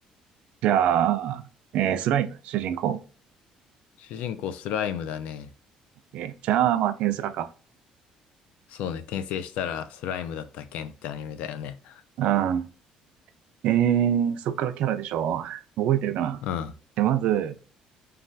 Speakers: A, on the right; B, on the left.
A: じゃあ、えースライム、主人公。
B: 主人公スライムだね。
A: え、じゃあ、まあ、テンスラか。
B: そうね、転生したらスライムだったケンってアニメだよね。
A: うん。えー、そっからキャラでしょ。覚えてるかな。
B: うん。
A: で、まず、